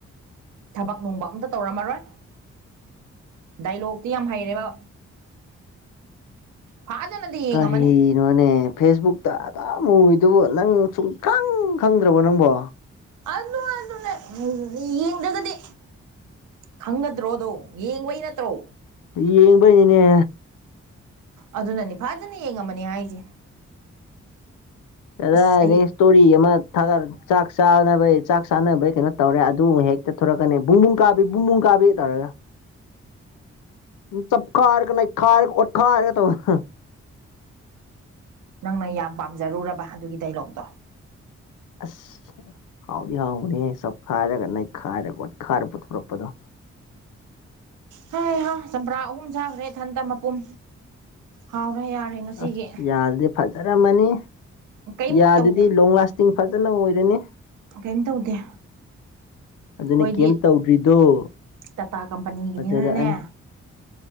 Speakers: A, on the right; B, on the left.
A: ꯊꯕꯛ ꯅꯨꯡꯕꯥꯛ ꯑꯝꯇ ꯇꯧꯔꯝꯃꯔꯣꯏ ꯗꯥꯏꯂꯣꯛꯇꯤ ꯌꯥꯝ ꯍꯩꯔꯦꯕ ꯐꯖꯅꯗꯤ
B: ꯀꯔꯤ
A: ꯌꯦꯡꯉꯝꯃꯅꯤ
B: ꯀꯩꯅꯣꯅꯦ ꯐꯦꯁꯕꯨꯛꯇ ꯑꯗꯨꯝ ꯎꯏꯗꯨꯕꯨ ꯅꯪ ꯁꯨꯡꯈꯪ ꯈꯪꯗ꯭ꯔꯕꯣ ꯅꯪꯕꯣ
A: ꯑꯗꯨꯅꯦ ꯑꯗꯨꯅꯦ ꯌꯦꯡꯗ꯭ꯔꯒꯗꯤ ꯈꯪꯒꯗ꯭ꯔꯣꯗꯣ ꯌꯦꯡꯕꯩ ꯅꯠꯇ꯭ꯔꯣ
B: ꯌꯦꯡꯕꯩꯅꯤꯅꯦ
A: ꯑꯗꯨꯅꯅꯤ ꯐꯥꯖꯅ ꯌꯦꯡꯉꯝꯃꯅꯤ ꯍꯥꯏꯁꯦ
B: ꯀꯗꯥꯏꯗꯒꯤ
A: ꯑꯁ ꯑꯩ
B: ꯏꯁ-ꯇꫭꯔꯤ ꯑꯃ ꯊꯥꯒꯠ ꯆꯥꯛ ꯆꯥꯅꯕꯩ ꯆꯥꯛ ꯆꯥꯅꯕꯩ ꯀꯩꯅꯣ ꯇꯧꯔꯦ ꯑꯗꯨ ꯍꯦꯛꯇ ꯊꯣꯔꯛꯀꯅꯤ ꯕꯨꯡꯕꯨꯡ ꯀꯥꯕꯤ ꯕꯨꯡꯕꯨꯡ ꯀꯥꯕꯤ ꯇꯧꯔꯒ ꯆꯞꯈꯥꯏꯔꯒ ꯅꯩꯈꯥꯏꯔꯒ ꯑꯣꯠꯈꯥꯔꯒ ꯇꯧꯕ
A: ꯅꯪꯅ ꯌꯥꯝ ꯄꯥꯝꯖꯔꯨꯔꯕ ꯑꯗꯨꯒꯤ ꯗꯥꯏꯂꯣꯛꯇꯣ
B: ꯑꯁ ꯍꯥꯎꯗꯤ ꯍꯥꯎꯕꯅꯦ ꯆꯞꯈꯥꯏꯔꯒ ꯅꯩꯈꯥꯏꯔꯒ ꯑꫭꯠꯈꯥꯏꯔꯒ ꯄꯨꯊꯣꯔꯛꯄꯗꯣ
A: ꯍꯤ ꯍꯥ ꯆꯝꯄ꯭ꯔꯥ ꯑꯍꯨꯝ ꯁꯥꯈ꯭ꯔꯦ ꯏꯊꯟꯇ ꯃꯄꯨꯝ ꯍꯥꯎꯔꯦ ꯌꯥꯔꯦ ꯉꯁꯤꯒꯤ
B: ꯑꯁ ꯌꯥꯗꯨꯗꯤ ꯐꯖꯔꯝꯃꯅꯤ
A: ꯀꯩꯝ
B: ꯌꯥꯗꯨꯗꯤ
A: ꯇꯧꯗꯦ
B: ꯂꯣꯡ ꯂꯥꯁ ꯇꯤꯡ ꯐꯖꯅ ꯑꯣꯏꯔꯅꯤ
A: ꯀꯩꯝ ꯇꯧꯗꯦ
B: ꯑꯗꯨꯅ
A: ꯑꯩꯈꯣꯏꯗꯤ
B: ꯀꯩꯝ ꯇꯧꯗ꯭ꯔꯤꯗꯣ
A: ꯇꯥꯇꯥ ꯀꯝꯄꯅꯤꯒꯤꯅꯤꯅꯅꯦ
B: ꯐꯖꯔꯛꯑꯅꯤ